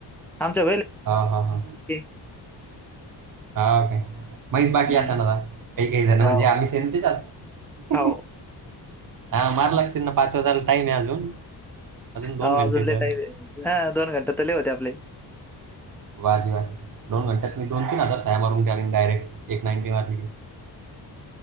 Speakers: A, in the centre; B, on the right.
A: आमचं
B: हा हा हा
A: <unintelligible>
B: हा ओके, मीच बाकी
A: हं.
B: असेल ना काही काही जण
A: हो,
B: म्हणजे आम्ही सेम त्याच्यात
A: हो.
B: हा मार लागतेनं पाच वाजाला टाईम आहे अजून दोन
A: हो अजून
B: घंटे
A: लई
B: तर
A: टाईम आहे. हा दोन घंटे लई होते आपले
B: वाजेवाले दोन घंट्यात मी दोन तीन हजार टाय मारून कालीन डायरेक्ट एक नाईनटी मारली कि,